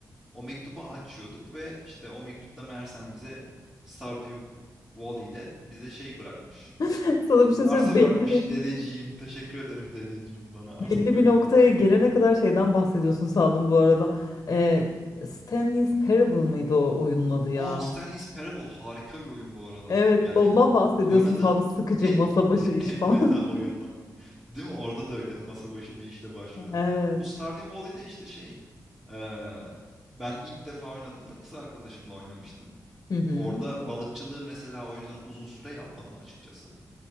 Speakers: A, in the centre; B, on the left.
A: o mektubu açıyorduk ve işte o mektupta meğersem bize Stardew Valley'de bize şey bırakmış.
B: <laughs> Sana bir şey
A: Arsa
B: söyleyeyim. Belli
A: bırakmış
B: bir,
A: dedeciğim. Teşekkür ederim dedeciğim bana arsa
B: belli
A: bıraktığın
B: bir noktaya
A: için.
B: gelene kadar şeyden bahsediyorsun sandım bu arada. Ee, Stanley's Parable mıydı o oyunun adı ya?
A: Aa Stanley's Parable harika bir oyun bu arada.
B: Evet,
A: Yani
B: ondan bahsediyorsun
A: oynadığım
B: sandım. Sıkıcı
A: en
B: masa başı
A: <laughs>
B: iş
A: en
B: falan.
A: meta oyunla. <laughs> Değil mi? Orada da öyle masa başı bir işle başlıyordu.
B: <laughs> Evet.
A: Bu Stardew Valley de işte şey. eee, ben ilk defa oynadığımda kız arkadaşımla oynamıştım.
B: Hı hı.
A: Orada balıkçılığı mesela o yüzden uzun süre yapmadım açıkçası.